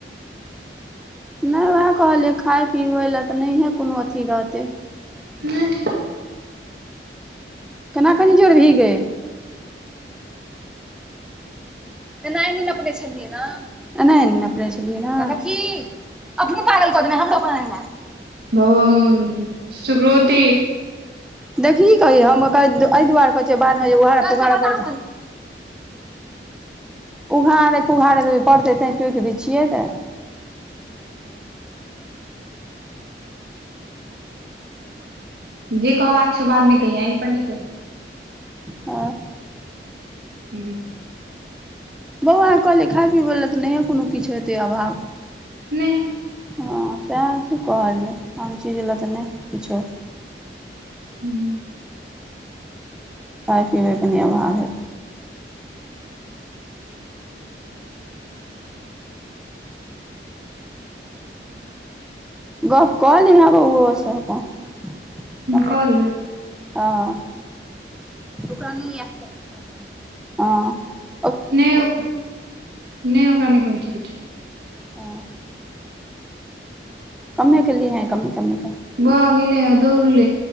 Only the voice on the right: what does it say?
नह
बहु हम सुकोत
जे कहबाक छै बाद में कहियै एहि पर नहि कहि
हूँ
नहि
हूँ
कऽ लेबै
नै ओ नहि ओक नहि कहे छै किछ
ब गेलल दौड़ल